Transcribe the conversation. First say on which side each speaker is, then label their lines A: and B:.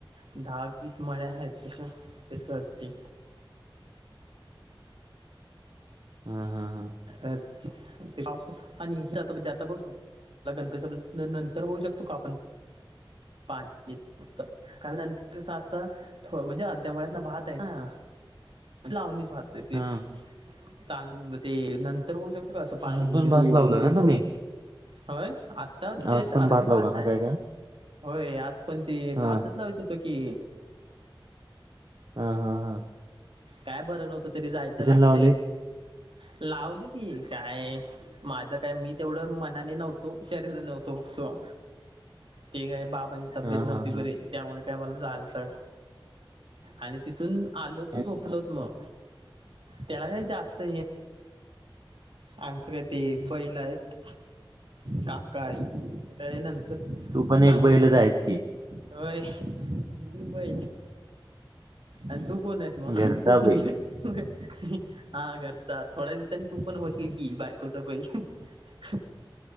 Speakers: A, on the right; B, on the right.
A: दहा वीस मळ्या आहेत तशा त्याच्या साठी.
B: हा हा हा.
A: अ ते पाऊसात आणि ते आता जे आता बघ. लगणपस नंतर होऊ शकतो का आपण पाणी.. नुसत कारण नंतरसआता होम्हणजे आ त्यामळ्यातला भात आहे ना. लावणीचहतय ते.
B: हां,
A: तांदू ते नंतर होऊ शकत का असं पाणीने
B: आज पण
A: देऊन.
B: भात लावला ना तुम्ही?
A: होय आता ते
B: आज
A: तर
B: पण
A: अर्धा
B: लावला
A: भात
B: ना
A: आहे.
B: काय काय?
A: होय आज पण ते
B: हां,
A: भात लावत होत की.
B: ह ह ह.
A: काय बरं नव्हतं तरी जायचं लागते
B: लावले?
A: लावली की काय. माझं काय मी तेवढं मनाने नव्हतो शरीर नव्हतो. तो ते काय बाबांची तब्येत
B: हां,
A: नव्हती
B: हां,
A: बरी
B: हां.
A: त्यामुळे.. काय मला जाला आणि तिथून आलो तो
B: अच्छा,
A: झोप... आपलच
B: अच्छा.
A: मग त्याला काय जास्त हे. आमचं काही ते बैल आहेत काका आहेत काय नंतर.. तर
B: तू पण
A: नांगर
B: एक बैलच आहेस की,
A: हय मी प.. आणि तू कोन हेस मग
B: घरचा
A: हहही
B: बैल.
A: हा करर.. चा थोड्या दिवांनी तू पण होशी... बायकोचा बैल हहहह.